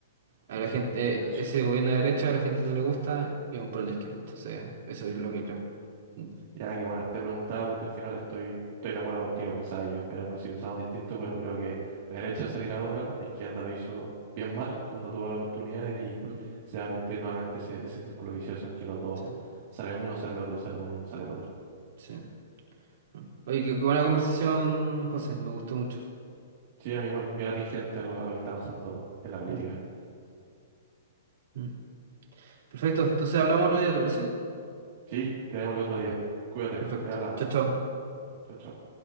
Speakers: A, on the right; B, on the right.
A: A la
B: Eh,
A: gente,
B: te cacho.
A: eh, ese gobierno de derecha a la gente no le gusta y van por el de izquierda. Entonces, eso es lo que creo. Mm,
B: Ya, que bueno, te preguntaba porque al final estoy, estoy de acuerdo contigo, pensaba yo. Era por si pensamos distinto, pero creo que la derecha salirá ahora, la izquierda lo hizo bien mal cuando tuvo la oportunidad y
A: mm,
B: se va a cumplir nuevamente ese, ese círculo vicioso en que los dos,
A: sí,
B: sale uno, sale el otro, sale uno, sale el otro.
A: sí. mm. Oye, qué, qué buena conversación, José, me gustó mucho.
B: Sí, a mí igual, bien atingente a lo, a lo que está pasando en la política.
A: Mm, mm. Perfecto, entonces hablamos otro día, ¿te parece?
B: Sí, te vemos el otro día. Cuídate,
A: Perfecto.
B: ahí hablamos.
A: Chao, chao.
B: Chao, chao.